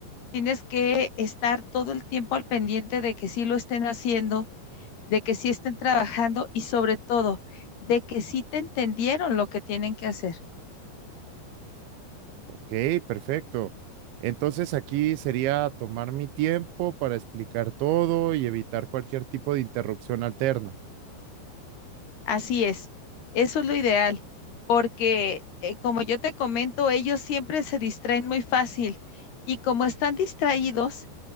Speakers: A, on the left; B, on the right.
A: tienes que estar todo el tiempo al pendiente de que sí lo estén haciendo de que sí estén trabajando y sobre todo de que sí te entendieron lo que tienen que hacer.
B: Ok, perfecto. Entonces aquí sería tomar mi tiempo para explicar todo y evitar cualquier tipo de interrupción alterna.
A: Así es, eso es lo ideal, porque eh, como yo te comento, ellos siempre se distraen muy fácil y como están distraídos,